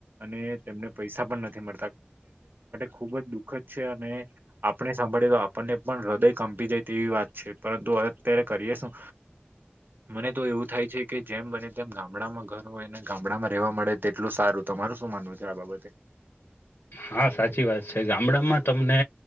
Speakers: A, on the right (about 55°); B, on the left (about 75°).
A: અને તેમને પૈસા પણ નથી મળતા ખુબ જ દુઃખ જ છે, અને આપણે સાંભળીએ તો આપણને પણ હૃદય કંપી જાય તેવી વાત છે, પરંતુ અત્યારે કરીએ શું. મને તો એવું થાય છે, કે જેમ બને તેમ ગામડામાં ઘર હોય ને ગામડામાં રેવા મળે તેટલું સારું તમારું શું માનવું છે, આ બાબતે.
B: હા સાચી વાત છે, ગામડામાં તમને